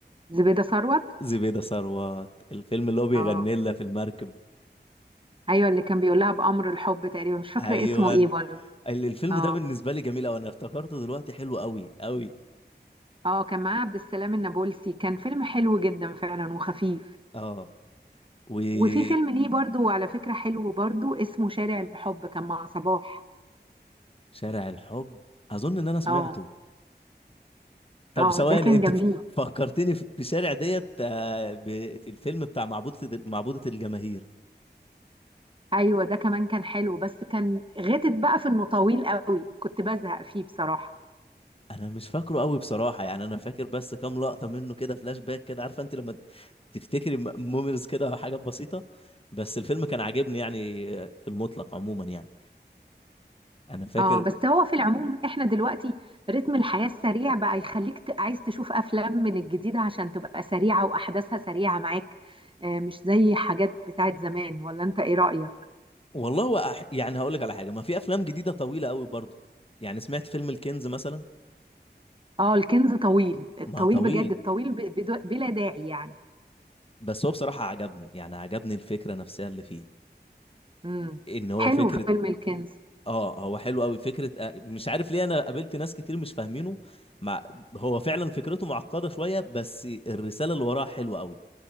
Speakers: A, on the right; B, on the left.
A: زبيدة ثروت
B: زبيده ثروت الفيلم اللي هو بيغني
A: اه
B: لها في المركب
A: ايوه اللي كان بيقول لها بأمر الحب تقريبا مش فاكرة
B: ايوه
A: اسمه ايه
B: ال-
A: برضه
B: الفيلم
A: اه
B: ده بالنسبه لي جميل قوي انا افتكرته دلوقتي حلو قوي قوي
A: اه كان معاه عبد السلام النابلسي كان فيلم حلو جدا فعلا وخفيف
B: اه وشارع
A: وفي فيلم ليه برضه على فكرة حلو برضه اسمه شارع الحب كان مع صباح
B: الحب اظن ان انا سمعته
A: اه
B: طب
A: اه
B: ثواني
A: ده كان
B: انت
A: جميل
B: ف- فكرتني في بشارع ديت آه، ب- في الفيلم بتاع معبودة ال- معبودة الجماهير
A: ايوه ده كمان كان حلو بس كان غتت بقى في انه طويل قوي كنت بزهق فيه بصراحه
B: انا مش فاكره قوي بصراحه يعني انا فاكر بس كام لقطه منه كده فلاش باك كده عارفه انت لما تفتكري مومنز كده حاجات بسيطه بس الفيلم كان عاجبني يعني آه، في المطلق عموما يعني انا فاكر
A: اه بس هو في العموم احنا دلوقتي رتم الحياه السريع بقى يخليك ت- عايز تشوف افلام من الجديده عشان تبقى سريعه واحداثها سريعه معاك آه مش زي حاجات بتاعت زمان ولا انت ايه رايك
B: والله هو أح... يعني هقول لك على حاجه ما في افلام جديده طويله قوي برضو يعني سمعت فيلم الكنز مثلا
A: اه الكنز طويل الطويل
B: ما طويل
A: بجد الطويل ب- بدو- بلا داعي يعني
B: بس هو بصراحه عجبني يعني عجبني الفكره نفسها اللي فيه
A: امم
B: ان هو
A: حلو
B: فكره
A: فيلم الكنز
B: اه هو حلو قوي فكره آه، مش عارف ليه انا قابلت ناس كتير مش فاهمينه مع... هو فعلا فكرته معقده شويه بس الرساله اللي وراها حلوه قوي